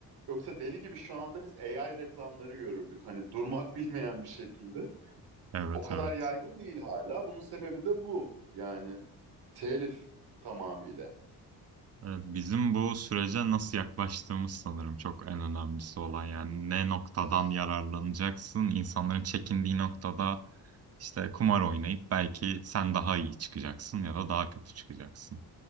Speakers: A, on the right; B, on the right.
A: Yoksa deli gibi şu anda biz AI reklamları görürdük hani durmak bilmeyen bir şekilde.
B: Evet
A: O kadar
B: evet.
A: yaygın değil hala. Bunun sebebi de bu. Yani Telif tamamıyla.
B: Evet, Bizim bu sürece nasıl yaklaştığımız sanırım çok en önemlisi olan yani ne noktadan yararlanacaksın insanların çekindiği noktada işte kumar oynayıp belki sen daha iyi çıkacaksın ya da daha kötü çıkacaksın.